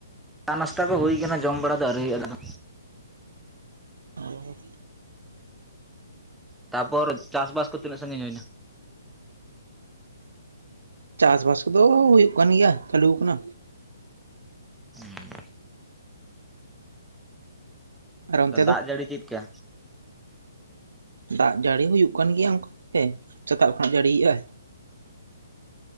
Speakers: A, in the centre; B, on the right.
A: <inaudible> ᱟ ᱱᱟᱥᱛᱟ ᱫᱚ ᱦᱳᱭ ᱠᱟᱱᱟ ᱡᱚᱢ ᱵᱟᱲᱟ ᱫᱚ ᱟᱹᱣᱨᱤ ᱦᱳᱭᱳᱜ-ᱟ ᱫᱟᱫᱟ᱾
B: ᱚ
A: ᱛᱟᱯᱚᱨ ᱪᱟᱥ ᱵᱟᱥ ᱠᱚ ᱛᱤᱱᱟᱹᱜ ᱥᱟᱺᱜᱤᱧ ᱦᱩᱭ ᱱᱟ?
B: ᱪᱟᱥ ᱵᱟᱥ ᱠᱚᱫᱚ ᱦᱩᱭᱩᱜ ᱠᱟᱱ ᱜᱮᱭᱟ ᱪᱟᱹᱞᱩ ᱠᱟᱱᱟ
A: ᱦᱩᱸ
B: ᱟᱨ ᱚᱱᱛᱮ
A: ᱛᱟ
B: ᱫᱚ
A: ᱫᱟᱜ ᱡᱟᱹᱲᱤ ᱪᱮᱫ ᱠᱟ?
B: ᱫᱟᱜ ᱡᱟᱹᱲᱤ ᱦᱩᱭᱩᱜ ᱠᱟᱱ ᱜᱮᱭᱟ ᱚᱝᱜᱮ ᱥᱮᱛᱟᱜ ᱠᱷᱚᱱᱟᱜ ᱡᱟᱹᱲᱤ ᱭᱮᱜᱟᱭ